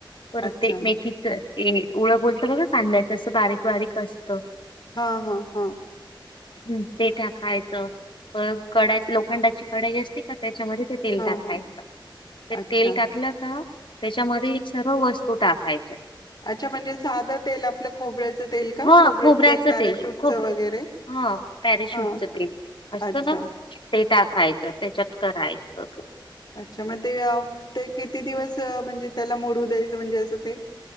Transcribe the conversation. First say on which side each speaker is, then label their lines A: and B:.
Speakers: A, on the left (about 75°); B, on the left (about 55°).
A: पर
B: अच्छा
A: ते मेथीच ळ बोलत बघ सांध्याचं असं बारीक बारीक असत.
B: हा हा हा
A: ह ते टाकायचं प कडा लोखंडाची कडाई असते का त्या त्याच्यामध्ये ते तेल
B: हा
A: टाकायचं
B: हा
A: ते
B: अच्छा
A: तेल टाकलं का त्याच्यामध्ये सर्व वस्तू टाकायची.
B: अच्छा म्हणजे साधं तेल आपलं खोबऱ्याचं तेल का
A: हा
B: खोबरेल
A: खोबऱ्याचं
B: तेल पॅराशूटच
A: खोब
B: वगैरे
A: हा पॅरेशूटच
B: हा
A: तेल असतं
B: अच्छा
A: ना ते टाकायचं त्याच्यात करायचं
B: अच्छा मग ते ते किती दिवस म्हणजे त्याला मोरू द्यायचं म्हणजे असं ते